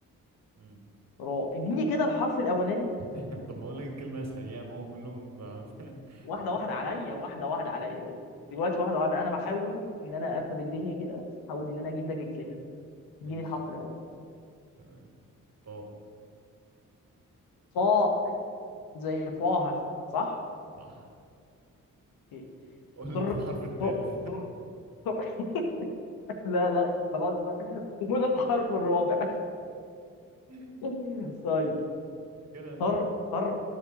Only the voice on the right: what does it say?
مم.
<laughs> طب ما أقولك الكلمة أسهل يعني ما هو كلهم على- <laughs>
ماشي
تمام طاء
صح
اقول
لك الحرف التالت
<laughs>
كده انت